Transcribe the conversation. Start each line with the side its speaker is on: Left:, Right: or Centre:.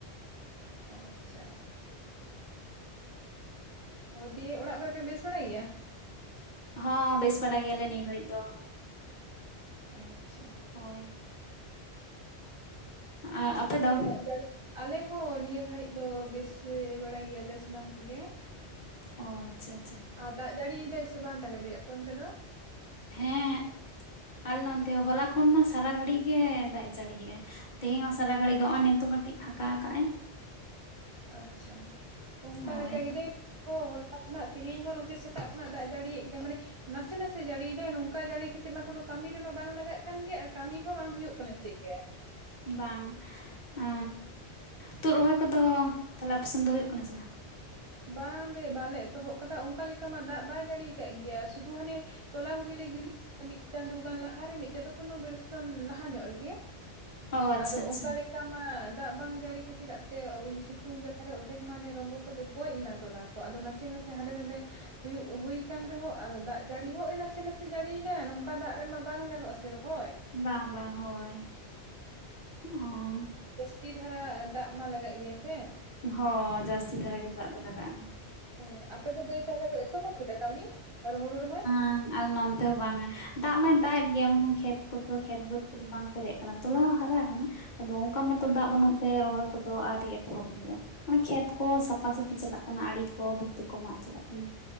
Right: ᱚ ᱟᱪᱷᱟ ᱚ ᱫᱤᱭᱮ ᱚᱲᱟᱜ ᱠᱚᱨᱮ ᱯᱮ ᱵᱮᱥ ᱵᱟᱲᱟ ᱜᱮᱭᱟ
Left: ᱦᱚᱸ ᱵᱮᱥ ᱵᱟᱲᱟ ᱜᱮᱭᱟᱞᱮ ᱱᱤᱭᱟᱹ ᱜᱷᱚᱲᱤᱡ ᱫᱚ
Right: ᱚ ᱟᱪᱷᱟ
Left: ᱦᱳᱭ ᱟᱨ ᱟᱯᱮ
Right: ᱫᱤᱭᱮ
Left: ᱫᱚ
Right: ᱫᱟᱜ ᱡᱟᱹᱲᱤ ᱼᱼ ᱟᱞᱮ ᱦᱚᱸ ᱱᱤᱭᱟᱹ ᱜᱷᱟᱹᱲᱤᱡ ᱫᱚ ᱵᱮᱥ ᱵᱟᱲᱟ ᱜᱮᱭᱟᱞᱮ ᱥᱟᱱᱟᱢ ᱠᱚᱜᱮ
Left: ᱚ ᱟᱪᱷᱟ ᱟᱪᱷᱟ
Right: ᱟᱨ ᱫᱟᱜ ᱡᱟᱹᱲᱤᱭ ᱫᱟᱭ ᱥᱮ ᱵᱟᱝ ᱛᱟᱦᱞᱮ ᱫᱟᱹᱭ ᱟᱯᱮ ᱚᱱᱛᱮ ᱫᱚ
Left: ᱦᱮᱸ ᱟᱨᱞᱮ ᱱᱚᱱᱛᱮ ᱦᱚᱸ ᱦᱚᱞᱟ ᱠᱷᱚᱱ ᱢᱟ ᱥᱟᱨᱟ ᱜᱷᱟᱲᱤᱜ ᱜᱮ ᱫᱟᱜᱼᱮ ᱡᱟᱹᱲᱤᱭᱮᱜᱼᱟ ᱛᱮᱦᱮᱝ ᱦᱚᱸ ᱥᱟᱨᱟ ᱜᱷᱟᱲᱤᱜ ᱜᱤ ᱦᱚ ᱱᱤᱛᱚᱜ ᱠᱟᱹᱴᱤᱜ ᱯᱷᱟᱸᱠᱟ ᱠᱟᱜᱼᱟᱭ
Right: ᱟᱪᱷᱟ ᱚᱝᱠᱟ
Left: ᱦᱳᱭ
Right: ᱞᱮᱠᱟ ᱜᱮ ᱫᱟᱹᱭ ᱚ ᱦᱚᱞᱟ ᱠᱷᱚᱱᱟᱜ ᱛᱮᱦᱮᱧ ᱦᱚᱸ ᱱᱚᱛᱮ ᱥᱮᱛᱟᱜ ᱠᱷᱚᱱᱟᱜ ᱫᱟᱜ ᱡᱟᱹᱲᱤᱭᱮᱜ ᱜᱮᱭᱟ ᱢᱟᱱᱮ ᱱᱟᱥᱮ ᱱᱟᱥᱮ ᱡᱟᱹᱲᱤᱭ ᱫᱟᱭ ᱱᱚᱝᱠᱟ ᱡᱟᱹᱲᱤ ᱠᱟᱛᱮ ᱥᱮ ᱢᱟ ᱠᱳᱱᱳ ᱠᱟᱹᱢᱤ ᱨᱮᱢᱟ ᱵᱟᱝ ᱞᱟᱜᱟᱜ ᱠᱟᱱ ᱜᱮᱭᱟ ᱟᱨ ᱠᱟᱹᱢᱤ ᱦᱚᱸ ᱵᱟᱝ ᱦᱩᱭᱩᱜ ᱠᱟᱱᱟ ᱪᱮᱫ ᱜᱮ
Left: ᱵᱟᱝ ᱮ ᱛᱩᱫ ᱨᱚᱦᱚᱭ ᱠᱚᱫᱚ ᱛᱟᱦᱞᱮ ᱟᱯᱮᱥᱮᱱ ᱫᱚ ᱦᱩᱭᱩᱜ ᱠᱟᱱᱟ ᱥᱮ ᱵᱟᱝ
Right: ᱵᱟᱝ ᱫᱮ ᱵᱟᱞᱮ ᱮᱛᱚᱦᱚᱵ ᱠᱟᱫᱟ ᱚᱝᱠᱟ ᱞᱮᱠᱟ ᱢᱟ ᱫᱟᱜ ᱵᱟᱭ ᱡᱟᱹᱲᱤᱣ ᱠᱟᱜ ᱜᱮᱭᱟ ᱥᱩᱫᱷᱩ ᱦᱟᱱᱮ ᱛᱚᱞᱟ ᱠᱚᱜᱮᱞᱮ ᱜᱤᱲᱟ <inaudible> ᱢᱤᱫ ᱪᱟᱸᱫᱳ ᱜᱟᱱ ᱞᱟᱦᱟᱨᱮ ᱢᱤᱫ ᱪᱟᱸᱫᱳ ᱠᱷᱚᱱᱚ ᱵᱚᱨᱪᱚᱱ ᱞᱟᱦᱟ ᱧᱚᱜ ᱨᱮᱜᱮ
Left: ᱚ ᱟᱪᱪᱷᱟ
Right: ᱟᱫᱚ
Left: ᱟᱪᱪᱷᱟ
Right: ᱚᱝᱠᱟ ᱞᱮᱠᱟ ᱚᱝᱠᱟ ᱢᱟ ᱫᱟᱜ ᱵᱟᱝ ᱡᱟᱹᱲᱤ ᱠᱷᱟᱛᱤᱨᱟᱜᱛᱮ ᱩᱭ ᱥᱤᱛᱩᱝ ᱡᱟᱞᱟᱨᱮ ᱚᱫᱷᱮᱠ ᱢᱟᱱᱮ ᱨᱚᱸᱜᱚ ᱠᱟᱫ ᱜᱚᱡ ᱮᱱᱟ ᱛᱚᱞᱟ ᱠᱚ ᱟᱫᱚ ᱱᱟᱥᱮ ᱱᱟᱥᱮ ᱦᱟᱸᱰᱮ ᱱᱟᱰᱮ ᱦᱩᱭᱩᱜ ᱦᱩᱭ ᱟᱠᱟᱱ ᱨᱮᱦᱚᱸ ᱟᱨ ᱫᱟᱜ ᱡᱟᱲᱤ ᱦᱚᱸ ᱱᱟᱥᱮ ᱱᱟᱥᱮ ᱡᱟᱹᱲᱤᱭ ᱫᱟᱭ ᱱᱚᱝᱠᱟ ᱫᱟᱜ ᱨᱮᱢᱟ ᱵᱟᱝ ᱜᱟᱱᱚᱜ ᱟᱥᱮ ᱨᱚᱦᱚᱭ
Left: ᱵᱟᱝ ᱵᱟᱝ ᱦᱳᱭ ᱚ
Right: ᱛᱤ ᱫᱷᱟᱨᱟ ᱫᱟᱜ ᱢᱟ ᱞᱟᱜᱟᱜ ᱜᱮᱭᱟ ᱥᱮ
Left: ᱦᱚᱸ ᱡᱟᱹᱥᱛᱤ ᱫᱷᱟᱨᱟ ᱜᱮ ᱫᱟᱜ ᱫᱚ ᱞᱟᱜᱟᱜᱼᱟ
Right: ᱦᱮᱸ ᱟᱯᱮ ᱫᱚ ᱫᱟᱹᱭ ᱛᱟᱦᱚᱞᱮ ᱯᱮ ᱮᱛᱚᱦᱚᱵ ᱠᱮᱫᱟ ᱠᱟᱹᱢᱤ ᱟᱨ ᱦᱩᱲᱩ ᱨᱚᱦᱚᱭ
Left: ᱵᱟᱝ ᱟᱞ ᱱᱚᱱᱛᱮ ᱦᱚᱸ ᱵᱟᱝ ᱟ ᱫᱟᱜ ᱢᱟᱭ ᱫᱟᱜ ᱮᱫ ᱜᱮᱭᱟ ᱵᱟᱝᱠᱷᱟᱱ ᱠᱷᱮᱛ ᱠᱚᱫᱚ ᱠᱷᱮᱛ ᱵᱟᱹᱫᱽ ᱠᱚᱫᱚ ᱵᱟᱝ ᱯᱮᱨᱮᱡ ᱟᱠᱟᱱᱟ ᱛᱚᱞᱟ ᱦᱚᱸ ᱦᱟᱨᱟ ᱠᱟᱱᱟ ᱟᱫᱚ ᱚᱝᱠᱟ ᱢᱚᱛᱚ ᱫᱟᱜ ᱵᱟᱹᱱᱩᱜ ᱛᱮ ᱨᱚᱦᱚᱭ ᱠᱚᱫᱚ ᱟᱹᱨᱤᱭ ᱮᱛᱚᱦᱚᱵ ᱦᱩᱭᱩᱜᱼᱟ ᱢᱟᱱᱮ ᱠᱷᱮᱛ ᱠᱚ ᱥᱟᱯᱷᱟ ᱥᱟᱹᱯᱷᱤ ᱪᱟᱞᱟᱜ ᱠᱟᱱᱟ ᱟᱲᱮ ᱠᱚ ᱵᱷᱤᱛᱤ ᱠᱚ ᱢᱟᱜ ᱪᱟᱞᱟᱜ ᱠᱟᱱᱟ